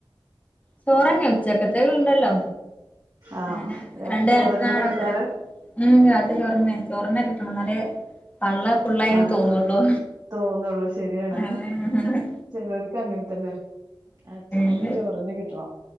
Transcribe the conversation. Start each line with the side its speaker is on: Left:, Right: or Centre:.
Left: ചോറന്നെ ഉച്ചക്കത്തകൾത്തണ്ടല്ലോ
Right: ആഹ്
Left: അങ്ങനെ
Right: രാത്രി
Left: രണ്ട് ദിവസം നേരത്തിനണ്
Right: ചോറന്നെ കഴിക്കാറ്
Left: വെക്കര ഉം രാത്രി ചോർന്നേ ചോറെന്നെ കിട്ടണംന്നാലെ പള്ള ഫുള്ളായിന്ന്
Right: ആഹ്
Left: തോന്നള്ളൂ
Right: തോന്നുള്ളൂ ശരിയാണ്
Left: അഹ്
Right: ചിലർക്ക് അങ്ങനെ തന്നെ ആഹ് ചോറിന്
Left: ഇത്
Right: ചോറ്ന്നെ കിട്ടണം